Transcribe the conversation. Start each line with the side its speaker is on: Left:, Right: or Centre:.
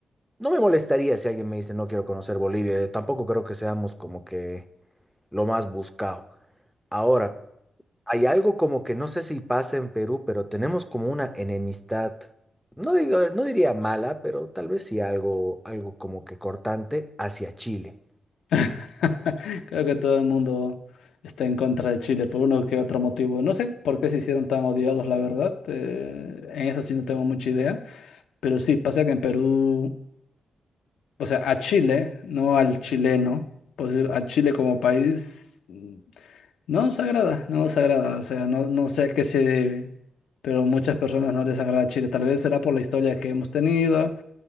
Centre: no me molestaría si alguien me dice no quiero conocer Bolivia, yo tampoco creo que seamos como que lo más buscado. Ahora, hay algo como que no sé si pasa en Perú, pero tenemos como una enemistad, no digo, no diría mala, pero tal vez sí algo, algo como que cortante hacia Chile.
Left: <laughs> Creo que todo el mundo está en contra de Chile por uno que otro motivo. No sé por qué se hicieron tan odiados, la verdad. eh, en eso sí no tengo mucha idea. Pero sí, pasa que en Perú, o sea, a Chile, no al chileno, pues a Chile como país. mm, No nos agrada, no nos agrada, o sea, no, no sé a qué se debe, pero muchas personas no les agrada Chile. Tal vez será por la historia que hemos tenido